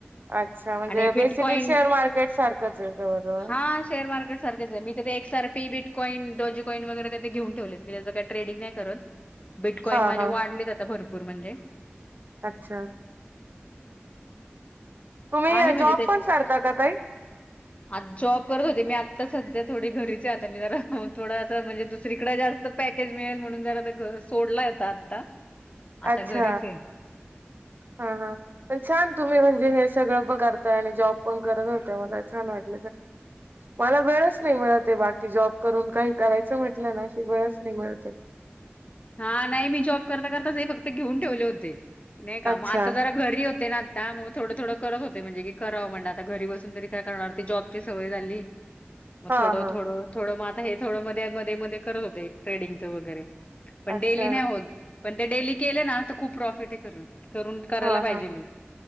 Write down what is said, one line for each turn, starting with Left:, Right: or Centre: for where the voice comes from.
Right: अच्छा म्हणजे
Left: आणि बिटकॉईन
Right: बेसिकली शेअर मार्केट सारखंच आहे जवजवळ.
Left: हा शेअर मार्केट सारखच आहे मी ते एसआरपी, बिटकॉइन, डोजीकॉईन वगैरे तेे घेऊन ठेवले मी त्या ट्रेडिंग नाही करत, बिटकॉईन
Right: हा
Left: माझे
Right: हा
Left: वाढलेत आता भरपूर म्हणजे.
Right: अच्छा. तुम्ही
Left: आहे म्हणजे
Right: जॉब
Left: ते
Right: पण करता का ताई
Left: आता जॉब करत होत मी आता सध्या थोडी घरीचे आता मी जरा थोडंं म्हणजे दुसरीकडे जास्त पॅकेज मिळेल म्हणून ज सोडला येत आता.
Right: अच्छा
Left: घरीच आहे.
Right: हा हा पण छान तुम्ही म्हण हे सण जॉ पण करत होत म छान वाट मला वेळच नाही बा जॉब करून काही करायच म्हटलं ना क वेळच नाही मिळते
Left: हा नाही मी जॉब करता करताच हे फक्त घेऊन ठेवले होते. नाही का
Right: अच्छा
Left: मग आता जरा घरी होते ना आता मग थोडं थोडं करत होते म्हणजे की कराव म्हणे आता घरी बसून तरी काय करणार ती जॉबची सवय झाली. मग
Right: हा
Left: थोडं
Right: हा
Left: थोडं थोडं मग आता हे थोडं मध्ये मध्ये मध्ये करत होते ट्रेडिंगच वगैरे. पण
Right: अच्छा
Left: डेली नाही होत पण ते डेली केले ना तर खूप प्रॉफिट आहे खरं. <unintelligible> करून करायला
Right: हा
Left: पाहिजेल
Right: हा
Left: हे.